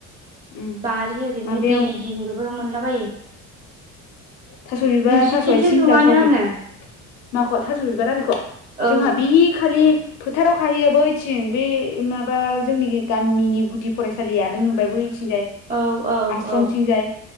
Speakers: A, on the left (about 70°); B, on the right (about 25°).
A: उम
B: बारि ओरैनो
A: माबायाव
B: दै जिंबो ‌ बो मोनलाबायो।
A: थास' बिबार
B: नोंसिनिथिंसो
A: थास' आथिं
B: नुवानो
A: जाथ'वाखै?
B: आङो
A: माखौ थास' बिबार आरिखौ
B: औ
A: जोंहा बे खालि फोथाराव खाहैयो बैथिं बे माबा जोंनि गामिनि गुदि फरायसालिया नों नुबाय बैथिंजाय
B: औ औ
A: आश्रमथिं
B: औ
A: जाय